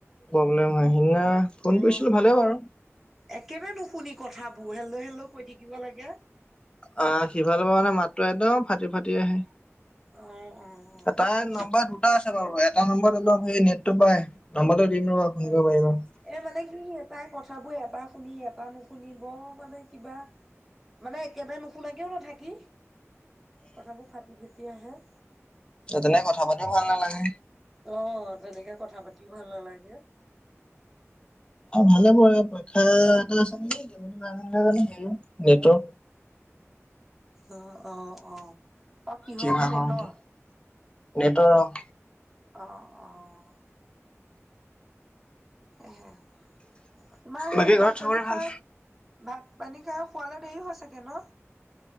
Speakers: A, on the left; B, in the centre.
A: সিদনা ফোন
B: অ
A: কৰিছিলো ভালে বাৰু।
B: একেবাৰে নুশুনি কথাবোৰ হেল্ল- হেল্ল কৈ থাকিব লাগে।
A: আহ সিফালৰ পৰামানে মাতটো একদম ফাটি ফাটি আহে।
B: অ', অ
A: তাইৰ
B: অ
A: নম্বৰ দুটা আছে বাৰু, এটা নম্বৰত অলপ সেই নেটটো পাই নম্বৰটো দিম ৰ'বা ফোন কৰিব
B: অহ,
A: পাৰিবা
B: এ মানে কি তাই কথাবোৰ এবাৰ শুনি এবাৰ নুশুনি বৰ মানে কিবা মানে একেবাৰে নুশু নোশুনাকে ও নাথাকি, কথাবোৰ ফাটি- ফটি আহে
A: তেনেকে কথা পাতিও পোৱা এনেকে
B: অহ, তেনেকে কথা পাতিও ভাল নালাগে।
A: ভালে পৰে পৰীক্ষা এটা আছে নহয়
B: অ'! অ'! অ'! অ'! কিহৰ
A: কিবা হওঁতে
B: নেটৰ?
A: নেটৰ অ'!
B: অ'! অ'! এ, তোমাৰ হেৰি
A: বাকী ঘৰত
B: ভাত
A: চবৰে
B: পানী খায়
A: ভাল
B: ভাত পানী খায়, শুৱালে দেৰি হয় চাগে ন?